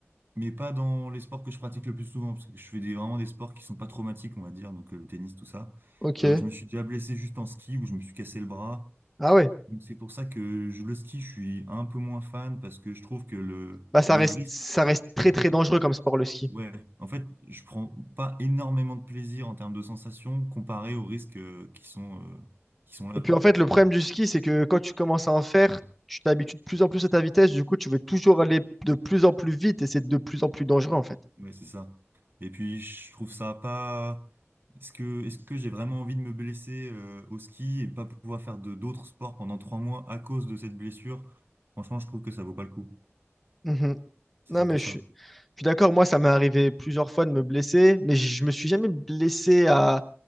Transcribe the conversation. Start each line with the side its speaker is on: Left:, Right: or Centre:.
Right: Mais pas dans les sports que je pratique le plus souvent, parce que je fais des, vraiment des sports qui sont pas traumatiques, on va dire, donc euh, le tennis, tout ça.
Centre: Ok.
Right: Euh, je me suis déjà blessé juste en ski, où je me suis cassé le bras.
Centre: Ah ouais.
Right: Donc c'est pour ça que je, le ski, je suis un peu moins fan parce que je trouve que le,
Centre: Bah ça
Right: le
Centre: reste,
Right: risque,
Centre: ça reste très très dangereux comme sport, le ski.
Right: ouais, en fait, je prends pas énormément de plaisir en termes de sensations comparé aux risques euh, qui sont, euh, qui sont là,
Centre: Et puis
Right: quoi.
Centre: en fait, le problème du ski, c'est que quand tu commences à en faire, tu t'habitues de plus en plus à ta vitesse. Du coup, tu veux toujours aller de plus en plus vite et c'est de plus en plus dangereux en fait.
Right: Ouais, c'est ça. Et puis je trouve ça pas. Est-ce que, est-ce que j'ai vraiment envie de me blesser euh, au ski et pas pouvoir faire de d'autres sports pendant trois mois à cause de cette blessure? Franchement, je trouve que ça vaut pas le coup.
Centre: Mhm.
Right: C'est
Centre: Non,
Right: surtout
Centre: mais je
Right: ça.
Centre: suis, je suis d'accord. Moi, ça m'est arrivé plusieurs fois de me blesser, mais je je me suis jamais blessé à,